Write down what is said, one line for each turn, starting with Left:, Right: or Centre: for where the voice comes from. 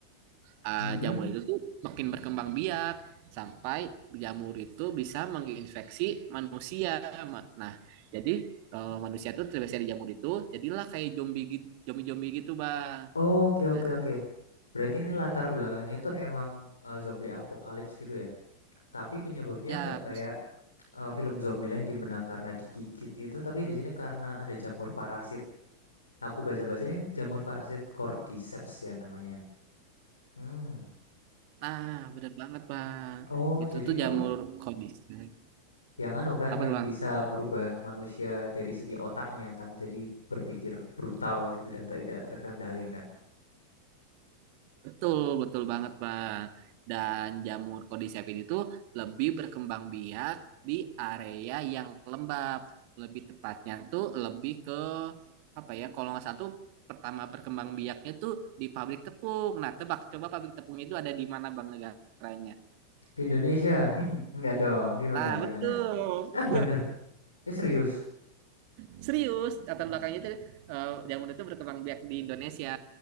Right: Ah,
Left: Mm-mm.
Right: jamur itu tuh makin berkembang biak sampai jamur itu bisa menginfeksi manusia. Ma- Nah, jadi eh, manusia tuh terinfeksi dari jamur itu, jadilah kayak zombie gitu, zombie-zombie gitu, Bang.
Left: Oh, oke,
Right: Nah,
Left: oke, oke. Berarti ini latar belakangnya itu emang eh, zombie apokalips gitu ya. Tapi penyebabnya
Right: ya,
Left: nggak kayak eh, film Zombieland di mana karena digigit itu, tapi di sini karena ada jamur parasit. Aku baca-baca ini jamur parasit Cordyceps ya namanya. Hmm.
Right: nah bener banget, Bang.
Left: Oh,
Right: Itu
Left: jadi
Right: tuh
Left: itu
Right: jamur kondisi.
Left: yang anu kan
Right: Apa
Left: yang
Right: tuh, Bang?
Left: bisa merubah manusia dari segi otaknya kan. Jadi berpikir brutal gitu dan tidak terkendali kan.
Right: Betul, betul banget, Bang. Dan jamur cordyceps itu lebih berkembang biak di area yang lembab. Lebih tepatnya tuh lebih ke apa ya? Kalau nggak salah tuh pertama berkembang biaknya tuh di pabrik tepung. Nah, tebak coba pabrik tepungnya itu ada di mana, Bang, negaranya?
Left: Di Indonesia. <laughs> Nggak dong, di mana?
Right: Nah, betul.
Left: Di mana? Ah, bener? Ya serius?
Right: Serius, latar belakangnya itu eh, jamu itu berkembang biak di Indonesia